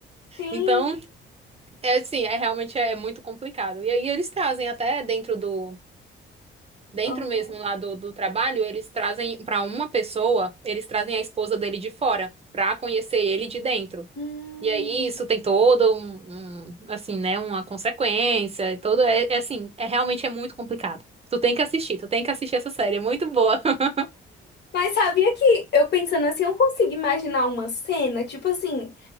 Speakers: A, on the left; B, on the right.
A: Sim.
B: Então, é assim, é realmente é, muito complicado. E aí eles trazem até dentro do dentro
A: Ó.
B: mesmo lá do, do trabalho, eles trazem pra uma pessoa, eles trazem a esposa dele de fora, pra conhecer ele de dentro.
A: Hum.
B: E aí isso tem todo um, um, assim, né, uma consequência, e todo é, é assim, é realmente é muito complicado. Tu tem que assistir, tu tem que assistir essa série, é muito boa. <laughs>
A: Mas sabia que eu pensando assim, eu consigo imaginar uma cena, tipo assim,